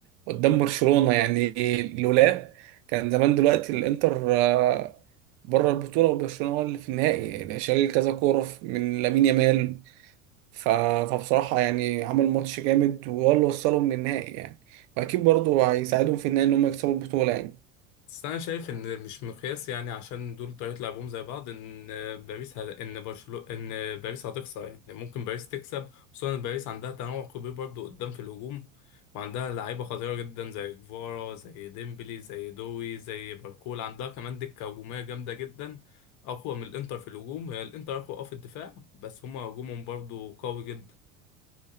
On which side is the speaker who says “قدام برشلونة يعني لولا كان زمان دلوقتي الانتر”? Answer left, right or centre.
Right